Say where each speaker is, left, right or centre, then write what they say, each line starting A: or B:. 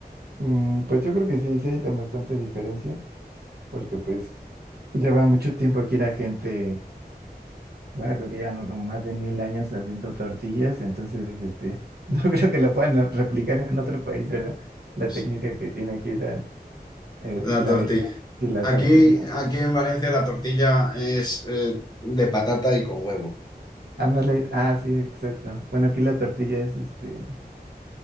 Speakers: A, on the right (about 70°); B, on the left (about 25°).
A: mm, pues yo creo que sí, sí hay de bastante diferencia, porque pues lleva mucho tiempo aquí la gente, bueno, creo que llevan como más de mil años haciendo tortillas, entonces, este, <laughs> no creo que la puedan replicar en otro país, ¿verdad? La
B: Sí.
A: técnica que tiene aquí la, el-
B: La
A: la,
B: tortilla.
A: el maíz y la
B: Aquí,
A: tortilla.
B: aquí en Valencia la tortilla es eh, de patata y con huevo.
A: Ándale, ah, sí, exacto. Bueno, aquí la tortilla es, este,